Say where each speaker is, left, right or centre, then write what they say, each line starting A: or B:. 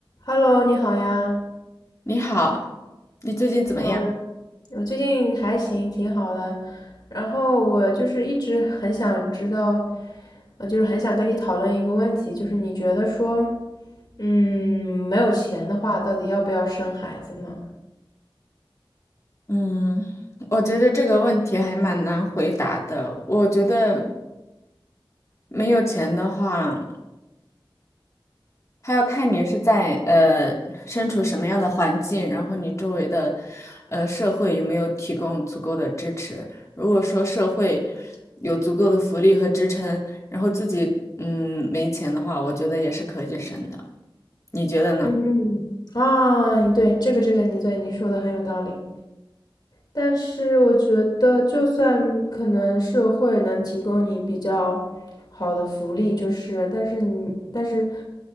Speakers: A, on the left; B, on the left.
A: Hello，你好呀。
B: 你好，你最近怎么样？
A: Hello，我最近还行，挺好的。然后我就是一直很想知道，呃，就是很想跟你讨论一个问题，就是你觉得说，嗯，没有钱的话，到底要不要生孩子呢？
B: 嗯，我觉得这个问题还蛮难回答的。我觉得没有钱的话，他要看你是在呃身处什么样的环境，然后你周围的呃社会有没有提供足够的支持。如果说社会有足够的福利和支撑，然后自己嗯没钱的话，我觉得也是可以生的。你觉得呢？
A: 嗯，啊，对，这个这个，你对你说的很有道理。但是我觉得，就算可能社会能提供你比较好的福利，就是但是你但是